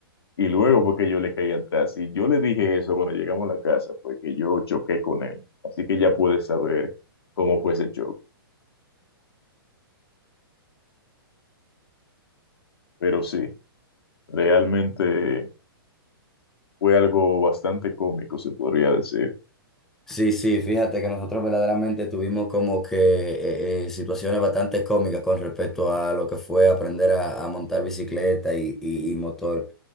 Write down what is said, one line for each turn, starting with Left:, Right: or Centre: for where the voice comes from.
Left: y luego fue que yo le caí atrás. Y yo le dije eso cuando llegamos a la casa, fue que yo choqué con él. Así que ya puedes saber cómo fue ese choque. Pero sí, realmente... Fue algo bastante cómico, se podría decir.
Centre: Sí, sí, fíjate que nosotros verdaderamente tuvimos como que eh, eh, situaciones bastante cómicas con respecto a lo que fue aprender a, a montar bicicleta y, y- y motor.